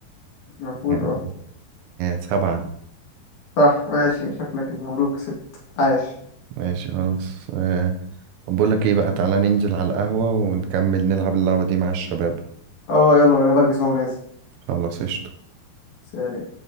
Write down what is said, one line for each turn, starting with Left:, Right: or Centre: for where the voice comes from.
Left: المفروض
Right: يعني
Left: اه
Right: سبعة
Left: صح ماشي شكلك مبروك كسبت عاش
Right: ماشي خلاص آه، طب بقول لك ايه بقى تعالى ننزل على القهوة ونكمل نلعب اللعبة دي مع الشباب
Left: اه يلا انا بلبس اهو نازل
Right: خلاص قشطة
Left: سلام